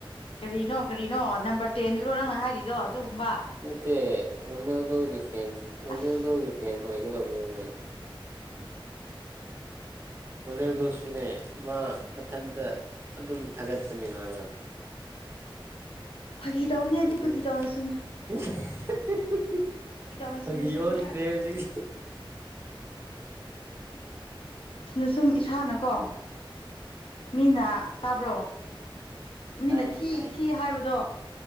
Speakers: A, on the left; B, on the right.
A: ꯀꯔꯤꯅꯣ ꯀꯔꯤꯅꯣ ꯅꯝꯕꯔ ꯇꯦꯟꯗꯨꯔꯣ ꯅꯪꯅ ꯍꯥꯏꯔꯤꯗꯣ ꯑꯗꯨꯒꯨꯝꯕꯥ꯫
B: ꯇꯦ ꯔꯣꯅꯦꯜꯗꯣꯒꯤ ꯐꯦꯟꯁ ꯔꯣꯅꯦꯜꯗꯣꯒꯤ
A: ꯑꯁ
B: ꯐꯦꯟꯁ ꯑꯣꯏꯒꯗꯕꯅꯤꯅ꯫
A: <inaudible>
B: ꯔꯣꯅꯦꯜꯗꯣꯁꯨꯅꯦ ꯃꯥ ꯃꯊꯟꯇ ꯑꯗꯨꯝ ꯊꯥꯒꯠꯄꯅꯦ ꯃꯥꯗꯣ꯫ <unintelligible>
A: ꯐꯥꯒꯤ ꯇꯧꯕꯅꯦ
B: ꯑꯗꯨꯗꯤ
A: ꯑꯩꯗꯤ ꯐꯥꯒꯤ ꯇꯧꯅ ꯁꯨꯝ꯫
B: <unintelligible>
A: ꯇꯧꯅ
B: ꯐꯥꯒꯤ
A: ꯁꯨꯝꯅ ꯁꯨꯝ
B: ꯑꯣꯟꯒꯔꯦ
A: ꯊꯥ
B: ꯍꯣꯖꯤꯛ꯫
A: ꯅ ꯁꯨꯝ ꯏꯁꯥꯅꯀꯣ ꯃꯤꯅ
B: ꯎꯝ
A: ꯇꯥꯕ꯭ꯔꯣ꯫ ꯃꯤꯅ
B: ꯇꯥꯏꯅꯦ
A: ꯊꯤ
B: ꯇꯥꯏꯅꯦ
A: ꯊꯤ ꯍꯥꯏꯕꯗꯣ